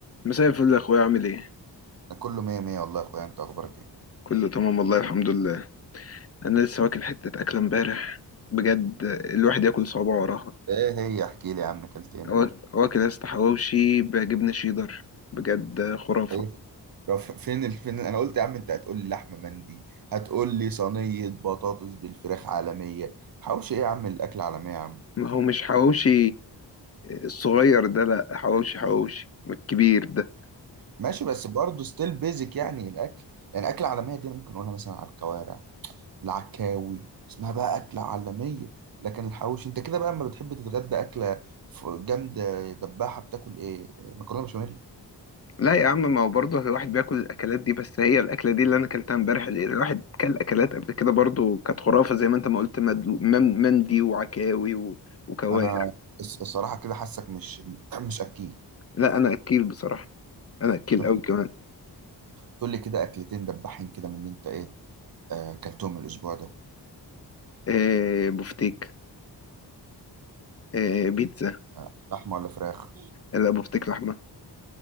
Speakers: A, on the left; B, on the right.
A: مساء الفل يا اخويا عامل ايه
B: أنا كله مية مية والله يا اخويا انت اخبارك ايه
A: كله تمام والله الحمد لله انا لسه واكل حته اكله امبارح بجد الواحد ياكل صوابعه وراها
B: ايه هي احكي لي يا عم اكلت ايه امبارح
A: وا- واكل يا اسطى حواوشي بجبنه شيدر بجد خرافه
B: طيب رف- فين ال... فين انا قلت يا عم انت هتقول لي لحمه مندي هتقول لي صينيه بطاطس بالفراخ عالميه حوش ايه يا عم الاكل عالميه يا عم
A: ما هو مش حواوشي الصغير ده لا حواوشي حواوشي الكبير ده
B: ماشي بس برضه ستيل بيزك يعني الاكل يعني اكل عالميه دي انا ممكن اقولها مثلا على الكوارع العكاوي اسمها بقى اكله عالميه لكن الحوش انت كده بقى لما بتحب تتغدى اكله ف- جامده دباحه بتاكل ايه مكرونه بشاميل
A: لا يا عم ما هو برضه الواحد بياكل الاكلات دي بس هي الاكله دي اللي انا اكلتها امبارح اللي الواحد كل اكلات قبل كده برضه كانت خرافه زي ما انت ما قلت مدلو- مم- مندي وعكاوي و- وكوارع
B: انا الص- الصراحه كده حاسك مش مش اكيل
A: لا انا اكيل بصراحه انا اكيل
B: طب
A: قوي كمان
B: تقول لي كده اكلتين دباحين كده من اللي انت ايه آه، اكلتهم الاسبوع ده
A: إيه بفتيك إيه بيتزا
B: آه، لحمه ولا فراخ
A: لا بفتيك لحمة